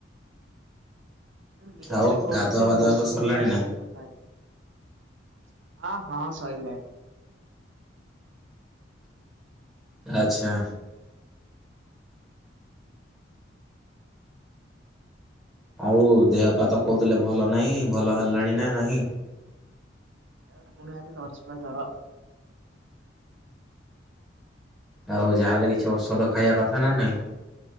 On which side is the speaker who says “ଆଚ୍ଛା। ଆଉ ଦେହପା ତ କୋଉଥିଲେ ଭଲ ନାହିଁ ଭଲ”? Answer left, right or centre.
Centre